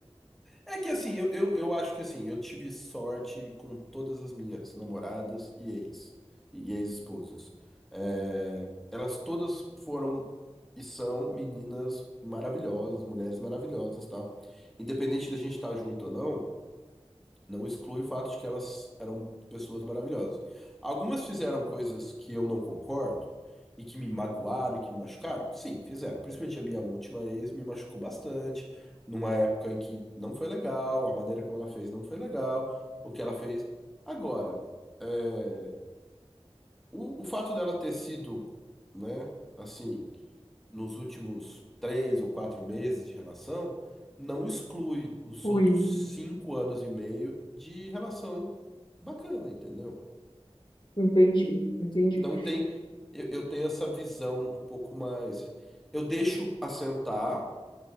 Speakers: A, in the centre; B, on the left.
A: É que assim, eu, eu, eu acho que assim, eu tive sorte com todas as minhas namoradas e ex, e ex-esposas. É, elas todas foram e são meninas maravilhosas, mulheres maravilhosas, tal. Independente da gente estar junto ou não, Não exclui o fato de que elas eram pessoas maravilhosas. Algumas fizeram coisas que eu não concordo e que me magoaram e que me machucaram. Sim, fizeram. Principalmente a minha última ex me machucou bastante, numa época em que não foi legal, a maneira como ela fez não foi legal, o que ela fez. Agora, é, o, o fato dela ter sido, né, assim nos últimos três ou quatro meses de relação, não exclui os
B: Ui.
A: outros cinco anos e meio de relação bacana, entendeu?
B: Entendi, entendi.
A: Então tem, eu, eu tenho essa visão um pouco mais. Eu deixo assentar.